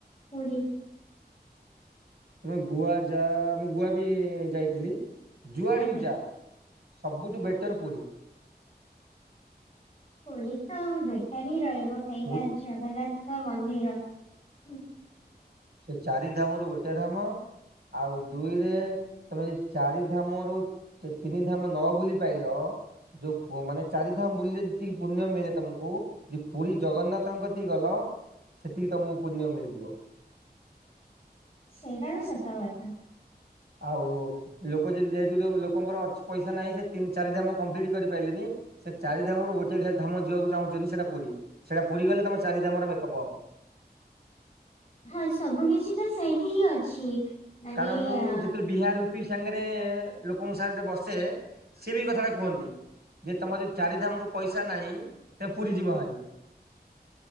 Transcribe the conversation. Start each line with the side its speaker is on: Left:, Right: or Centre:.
Left: ପୁରି।
Right: ତମେ ଗୁଆ ଯା ମୁଁ ଗୁଆ ବି ଯାଇଥିଲି ଯୁଆଡେ
Left: ଆଜ୍ଞା
Right: ବି ଯା ସବୁଠୁ ବେଟର ପୁରୀ।
Left: ପୁରି ତ ବେଟର ହିଁ ରହିବ କାଇଁକିନା?
Right: ପୁ-
Left: ଜଗନ୍ନାଥଙ୍କ ମନ୍ଦିର ହଁ।
Right: ସେ ଚାରି ଧାମ ରୁ ଗୋଟେ ଧାମ। ଆଉ ଦୁଇରେ ତମେ ଯେ ଚାରି ଧାମରୁ ସେ ତିନି ଧାମ ନ ବୁଲି ପାଇଲ ଯୋଉ ମାନେ ଚାରିଧାମ ବୁଲିଲେ ଯେତିକି ପୁଣ୍ୟ ମିଳେ ତମକୁ ପୁରୀ ଜଗନ୍ନାଥଙ୍କ କତିକି ଗଲ ସେତିକି ତମକୁ ପୁଣ୍ୟ ମିଳିଯିବ।
Left: ସେଇଟା ସତ କଥା।
Right: ଆଉ ଲୋକ ଯଦି ଯେହେତୁ ଲୋକଙ୍କର ପଇସା ନାହିଁ ସେ ତିନି ଚାରି ଧାମ କମ୍ପ୍ଲିଟ କରିପାରିଲନି। ସେ ଚାରି ଧାମରୁ ଗୋଟେ ଧାମ ଯିବାକୁ ଚାହୁଁଛନ୍ତି ସେଟା ପୁରୀ ସେଇଟା ପୁରୀ ଗଲେ ତମ ଚାରି ଧାମରେ ମେକଅପ୍ ହବ।
Left: ହଁ ସବୁ କିଛି ତ ସେଇଠି ହିଁ ଅଛି। ମାନେ
Right: କାରଣ ମୁଁ
Left: ଅ,
Right: ଯେତେବେଳେ ବିହାର ଉପି ସାଙ୍ଗରେ ଲୋକଙ୍କ ସାଙ୍ଗେ ବସେ ସିଏ ବି ଏଇ କଥାଟା କୁହନ୍ତି? ଯେ ତମର ଯଦି ଚାରିଧାମକୁ ପଇସା ନାହିଁ ତ ପୁରୀ ଯିବ ଭାରି।